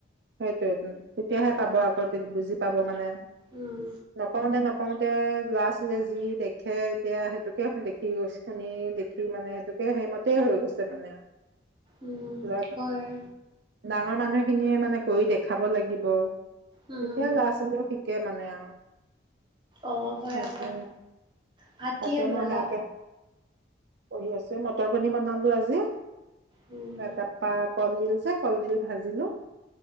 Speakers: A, on the right (about 65°); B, on the right (about 25°).
A: সেইটো টো তেতিয়াহে
B: উম,
A: পাব আককুজ বুজি পাব মানে
B: উম,
A: নকওঁতে নকওঁতে ল'ৰা ছোৱালীয়ে যি দেখে দিয়া সেইটোকে দেখি শুনি দেখি মানে সেইটোকে সেইমতে হৈ গৈছে মানে
B: উম
A: ধৰক
B: হয়
A: ডাঙৰ মানুহ খিনিয়ে মানে কৰি দেখাব লাগিব তেতিয়া
B: উম।
A: লৰা ছোৱালী শিকে মানে আৰু
B: অ হয়
A: তাকে
B: আকৌ ভাত
A: তাকে
B: কিহে বনালা
A: মই সেয়াকে পঢ়ি আছে মটৰ পনী বনালো আজি
B: উম,
A: তাৰ পৰা কল দিল কলডিল ভাজিলোঁ